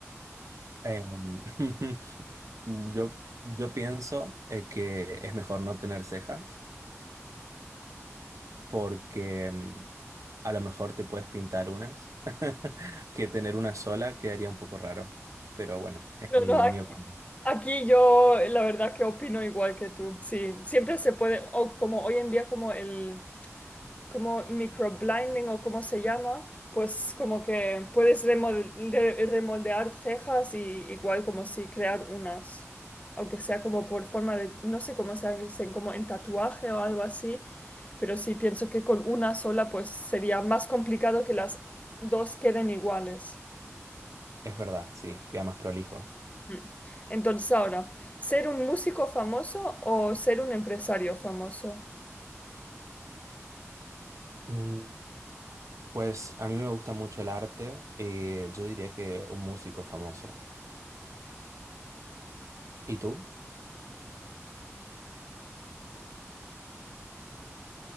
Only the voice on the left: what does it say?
No,
no,
aquí,
aquí yo la verdad que opino igual que tú. Sí, siempre se puede, o como hoy en día como el, como microblinding o como se llama, pues como que puedes remodel- re- remoldear cejas y igual como si crear unas, aunque sea como por forma de, no sé cómo se hacen, como en tatuaje o algo así, pero sí pienso que con una sola pues sería más complicado que las dos queden iguales.
Mm. Entonces ahora, ¿ser un músico famoso o ser un empresario famoso?